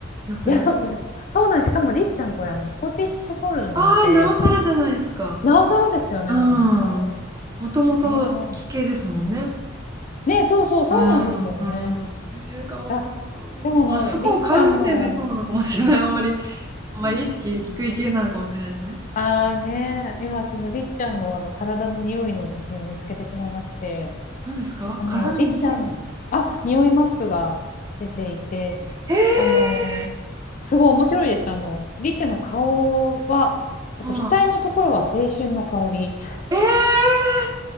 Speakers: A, on the right; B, on the left.
A: よくない。
B: いや、そっか、そそうなんです。しかもりっちゃんこれあの、スコティッシュフォールドなので、
A: ああ、なおさらじゃないですか。
B: なおさらですよね、
A: うん。
B: 本当。
A: もともと奇形ですもんね。
B: ええね、そうそう、そうなんですよね。
A: うん、うん。えー、かわいそう。
B: いや、でもあの、
A: まあ、スコを買う時点でそうなのかもしれない。
B: りっちゃんの、
A: あんまり、あんまり意識低い系なのかもしれないですね。
B: ああね、今そのりっちゃんのあの体の匂いの写真を見つけてしまいまして、
A: 何ですか体の匂い
B: あのりっちゃん、あ、匂いマップが出ていて、
A: えー、
B: あのすごい面白いです。あのりっちゃんの顔は、えっと、
A: はあ
B: 額のところは青春の香り、
A: えー、